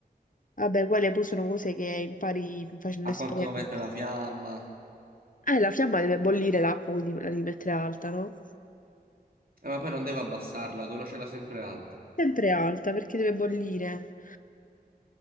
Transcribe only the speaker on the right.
a
quanto devo mettere la fiamma.
Eh, Ma poi non devo abbassarla, devo lasciarla sempre alta.